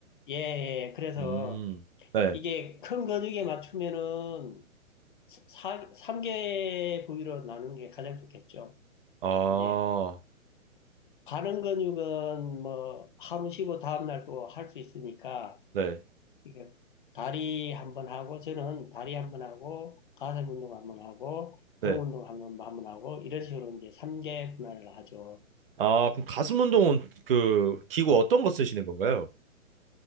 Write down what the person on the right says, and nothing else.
음, 네.
아,
네,
네.
아, 그럼 가슴 운동은 그 기구 어떤 거 쓰시는 건가요?